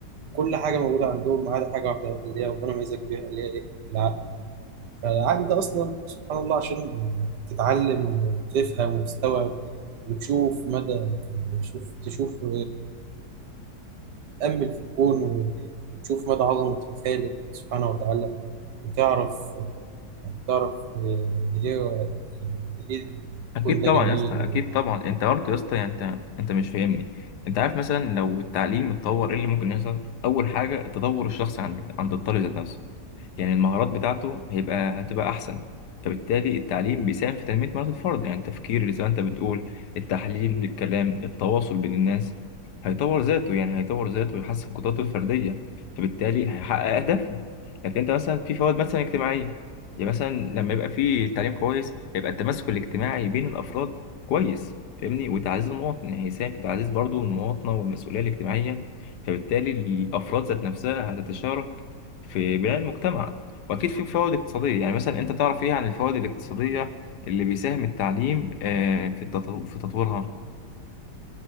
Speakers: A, on the right; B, on the left.
A: كل حاجة موجودة عندهم ما عدا حاجة واحدة اللي هي ربنا ميزك بيها اللي هي إيه؟ العقل فالعقل ده أصلا سبحان الله عشان تتعلم وتفهم وتستوعب وتشوف مدى يعني تشوف تشوف تأمل في الكون وتشوف مدى عظمة الخالق سبحانه وتعالى وتعرف يعني تعرف قد إيه يعني قد إيه
B: اكيد
A: الكون ده
B: طبعا
A: جميل
B: يا اسطى اكيد طبعا انت برضه يا اسطى يعني انت انت مش فاهمني انت عارف مثلا لو التعليم اتطور ايه اللي ممكن يحصل اول حاجه التطور الشخصي عند عند الطالب ذات نفسه يعني المهارات بتاعته هيبقى هتبقى أحسن فبالتالي التعليم بيساهم في تنمية مهارات الفرد يعني التفكير اللي زي ما أنت بتقول التحليل الكلام التواصل بين الناس هيطور ذاته يعني هيطور ذاته ويحسن قدراته الفردية فبالتالي هيحقق أهدافه لكن أنت مثلا في فوائد مثلا اجتماعية يعني مثلا لما يبقى في تعليم كويس هيبقى التماسك الاجتماعي بين الأفراد كويس فاهمني وتعزيز المواطن يعني هيساهم في تعزيز برضه المواطنة والمسؤولية الاجتماعية فبالتالي الأفراد ذات نفسها هتتشارك في بناء المجتمع واكيد في فوائد اقتصاديه يعني مثلا انت تعرف ايه عن الفوائد الاقتصاديه اللي بيساهم التعليم آه، في التطو- في تطويرها